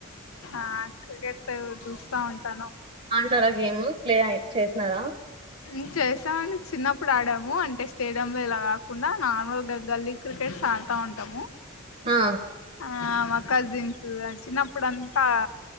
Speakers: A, on the left (about 80°); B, on the right (about 35°).
A: ఆ క్రికెట్ చూస్తా ఉంటాను
B: తార గేమ్ ప్లే చేస్నా రా
A: హ్మ్ చేసామండి చిన్నప్పుడు ఆడాము అంటే స్టేడియ లో ఇలా కాకుండా నార్మల్గా గల్లీ క్రికెట్స్ ఆడతా ఉంటాము.
B: ఆ
A: ఆ మా కజిన్స్ తో ఆ చిన్నప్పుడంతా